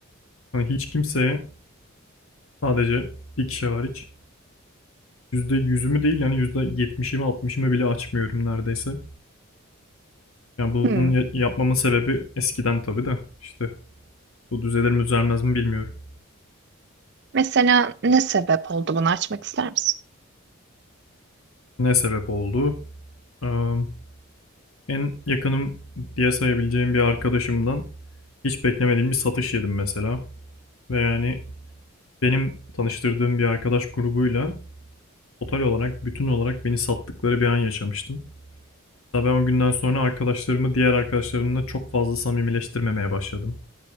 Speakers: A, on the left (about 85°); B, on the right (about 55°).
A: Hani hiç kimseye sadece bir kişi hariç yüzde yüzümü değil yani yüzde yetmişimi altmışımı bile açmıyorum neredeyse. Yani bunun
B: Hmm.
A: ya- yapmamın sebebi eskiden tabii de işte bu düzelir mi düzelmez mi bilmiyorum.
B: Mesela ne sebep oldu bunu açmak ister misin?
A: Ne sebep oldu? Eee, en yakınım diye sayabileceğim bir arkadaşımdan hiç beklemediğim bir satış yedim mesela. Ve yani Benim tanıştırdığım bir arkadaş grubuyla total olarak, bütün olarak beni sattıkları bir an yaşamıştım. Hatta ben o günden sonra arkadaşlarımı diğer arkadaşlarımla çok fazla samimileştirmemeye başladım.